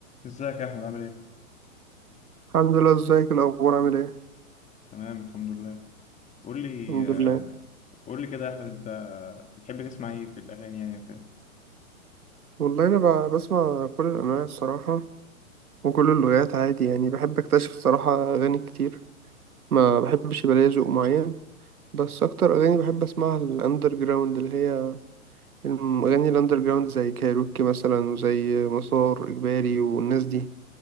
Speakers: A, on the left (about 15°); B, on the right (about 85°).
A: ازيك يا احمد عامل ايه؟
B: الحمد لله ازيك الاخبار عامل ايه
A: تمام الحمد لله قول لي
B: الحمد
A: آه،
B: لله
A: قول لي كده يا احمد انت بتحب تسمع ايه في الاغاني يعني وكده
B: والله انا ب- بسمع كل الانواع الصراحه وكل اللغات عادي يعني بحب اكتشف الصراحه اغاني كتير ما بحبش يبقى ليا ذوق معين بس اكتر اغاني بحب اسمعها الاندر جراوند اللي هي الاغاني الاندر جراوند زي كايروكي مثلا وزي مسار اجباري والناس دي